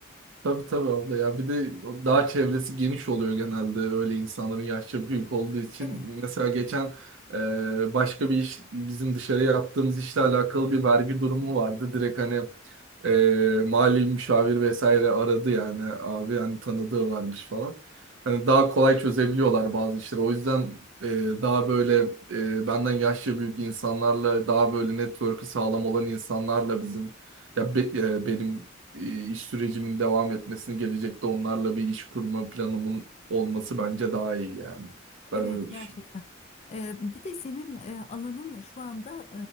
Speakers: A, on the right; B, on the left.
A: Tabii tabii abla ya bir de o dağ çevresi geniş oluyor genelde öyle insanların yaşça büyük olduğu için.
B: Evet,
A: Mesela geçen e, başka bir iş bizim dışarı yaptığımız işle alakalı bir vergi durumu vardı. Direkt hani e, mali müşavir vesaire aradı yani abi hani tanıdığı varmış falan. Hani daha kolay çözebiliyorlar bazı işleri. O yüzden e, daha böyle e, benden yaşça büyük insanlarla daha böyle network'ü sağlam olan insanlarla bizim ya be- e, benim e, iş sürecimin devam etmesini gelecekte onlarla bir iş kurma planımın olması bence daha iyi yani. Ben
B: evet
A: öyle
B: gerçekten.
A: düşünüyorum.
B: Ee, bir de senin e, alanın şu anda